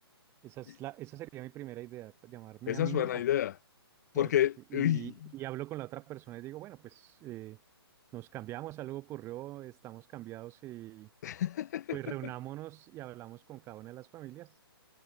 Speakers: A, on the right; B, on the left.
A: Esa es
B: Y
A: la, esa sería mi primera idea, pa- llamarme
B: Esa
A: a mí
B: es
A: mismo.
B: buena idea.
A: Porque,
B: Porque,
A: y,
B: uy,
A: y hablo con la otra persona y digo, bueno, pues eh, nos cambiamos, algo ocurrió, estamos cambiados y
B: <laughs>
A: pues reunámonos y hablamos con cada una de las familias.